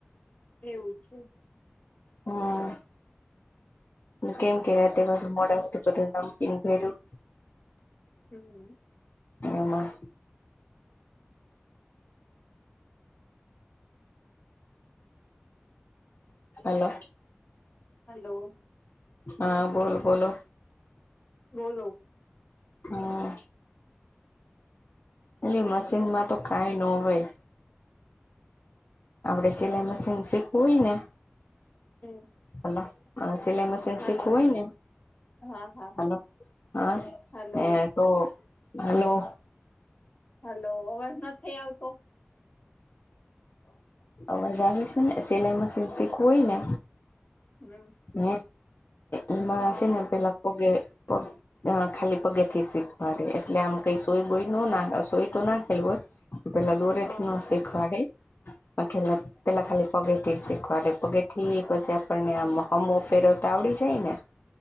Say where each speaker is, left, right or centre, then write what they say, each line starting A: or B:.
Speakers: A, on the left; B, on the left.
A: એવું છે.
B: હમ કેમ કે્યા તે પાછુ મોડા તોું બધું નમકીન ભેર્યું
A: હમ
B: એમાં હલો
A: હલો
B: હા બોલ બોલો
A: બોલો
B: હમ એલે મશીન માં તો કઈ ન હોય આપડે સિલાઈ મશીન શીખવું હોય ને
A: હમ
B: અલા હ સિલાઈ મશીન
A: હલો
B: શીખવું હોય ને
A: હા હા
B: હલો હા
A: હલો
B: તો હલો
A: હલો અવાજ નથી થઈ આવતો
B: અવાજ આવે છે ને સિલાઈ મશીન શીખવું હોય ને
A: હમ
B: હ એમાંશે
A: હા
B: ને પેલા પગેગ અ ખાલી પગે થી શીખવાડે એટલે આમ કઈ સોય બોય ન ના સોય તો નાખેલ હોય પેલા દોરેથી
A: હા
B: ન શીખવાડે લા પેલા ખાલી પગેથી શીખવાડ પગેથી પછી આપણને આ અમો ફેરો તો આવડી જાય ને